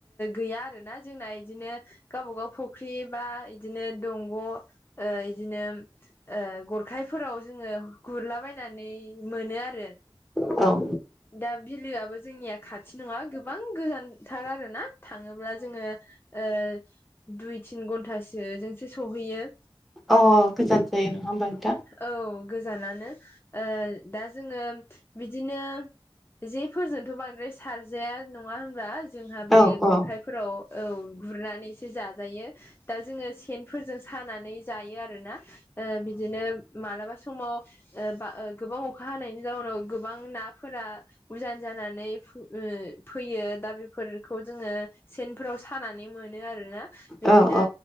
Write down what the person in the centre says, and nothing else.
औ।
अ गोजान जायो, नङा होनबा नोंथां?
औ
औ
औ औ